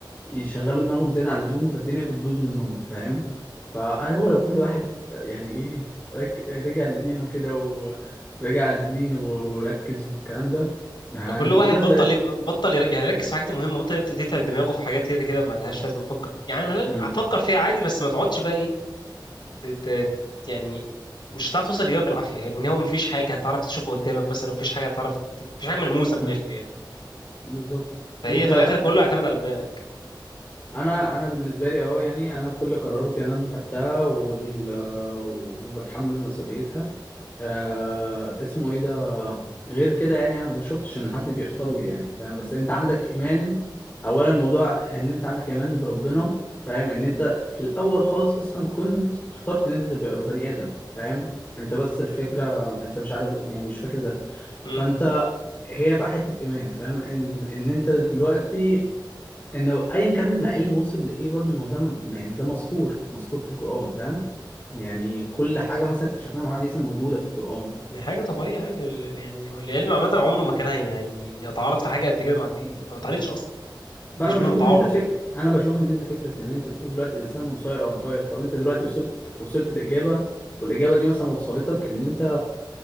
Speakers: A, on the left (about 25°); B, on the left (about 70°).
A: يشغلوا دماغهم زياده عن اللزوم فالدنيا بتبوظ منهم فاهم فهو لو كل واحد يعني ايه رك- رجع لدينه كده ورجع للدين وركز والكلام ده هنبقى
B: ده كل واحد
A: والله
B: بطل
A: زي
B: يب- بطل ير- يعني يركز في الحاجات المهمه بطل يبت- يتعب دماغه في حاجات كده كده ما لهاش لازمه افكر يعني ما لها-
A: مم.
B: افكر فيها عادي بس ما تقعدش بقى ايه ت- ت- يعني مش هتعرف توصل للاجابه بالعافيه لان هو ما فيش حاجه هتعرف تشوفها قدامك مثلا ما فيش حاجه هتعرف ت- ما فيش حاجه ملموسه من
A: مم.
B: الاخر يعني
A: بالظبط
B: فهي
A: انت
B: في الاخر كله يعتمد على دماغك
A: انا انا بالنسبه لي اهو يعني انا كل قراراتي انا اللي خدتها وال... وبتحمل مسؤوليتها آه اسمه ايه ده غير كده يعني انا ما شفتش ان حد بيختار لي يعني فاهم بس انت عندك ايمان اولا الموضوع ان انت عندك ايمان بربنا فاهم ان انت في الاول خالص اصلا كنت اخترت ان انت تبقى بني ادم فاهم انت بس الفكره انت مش عارف يعني مش فاكر ده
B: امم
A: فانت هي بقى حته ايمان فاهم ان ان انت دلوقتي ان ايا كان العلم وصل لايه برضو ما هو ده يعني ده مذكور مذكور في القران فاهم يعني كل حاجه مثلا اكتشفناها حديثا موجوده في القران
B: دي حاجه طبيعيه عادي ال- يعني هو العلم عامه عمره
A: اه
B: ما كان هي- هيتعارض في حاجه قد كده مع الدين يعني ما بيتعارضش اصلا ما
A: فانا
B: فيش
A: بشوف
B: بينهم تعارض
A: ان انت فك...
B: يعني
A: انا بشوف ان انت فكره ان انت تقول دلوقتي الانسان مسير او مخير طب انت دلوقتي وصلت وصلت الاجابه والاجابه دي مثلا وصلتك ان انت